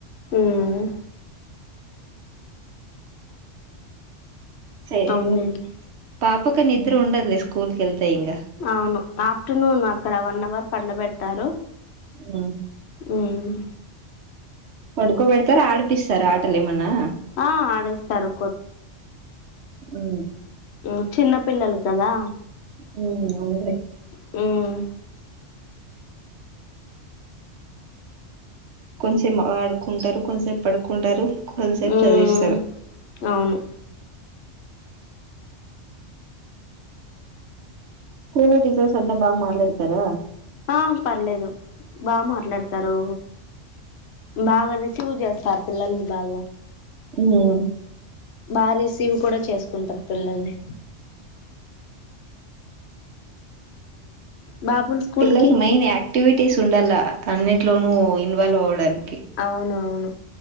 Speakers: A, on the left (about 65°); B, on the right (about 65°).
A: హుమ్
B: సే
A: అవునులేండి
B: ఎ పా పకి నిద్ర ఉండదులే స్కూల్ కెల్తే ఇంగా
A: అవును ఆఫ్టర్నూన్ అక్కడ వన్ అవర్ పండ బెడ్తారు
B: హు
A: ఊఉమ్
B: పడుకోబెడతార ఆడిపిస్తార ఆటలు ఏమన్నా
A: ఆ ఆడిస్తారు
B: హు
A: ఉమ్ చిన్న పిల్లలు కదా
B: హమ్ ఆవునలే
A: హమ్
B: కొంచెం ఆడుకుంటారు కొంచసేపు పడుకుంటారు కొంతసేపు
A: మ్
B: చదివిస్తారు
A: అవును
B: స్కూల్ లో టీచర్స్ అంతా బాగా మాట్లాడతారా
A: ఆ పర్లేదు బా మాట్లాడతారు బాగా రిసీవ్ చేస్తారు పిల్లల్ని బాగా
B: హమ్
A: బాగా రిసీవ్ కూడా చేసుకుంటారు పిల్లల్ని బాబుని స్కూల్
B: పిల్లలకి
A: కి
B: మెయిన్ ఆక్టివిటీస్ ఉండాల అన్నింటిలోనూ ఇన్వాల్వ్ అవ్వడానికి
A: అవునవును